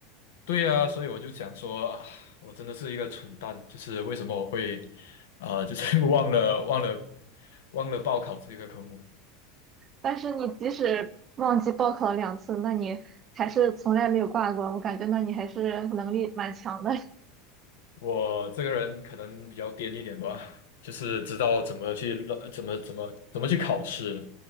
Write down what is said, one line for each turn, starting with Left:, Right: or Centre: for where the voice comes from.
Left: 对呀，所以我就想说啊，我真的是一个蠢蛋，就是为什么我会啊，就是 <laughs> 忘了忘了忘了报考这个科目。
Right: 但是你即使忘记报考了两次，那你还是从来没有挂过，我感觉那你还是能力蛮强的。<laughs>
Left: 我这个人可能比较癫一点吧，就是知道怎么去乱怎么怎么怎么去考试。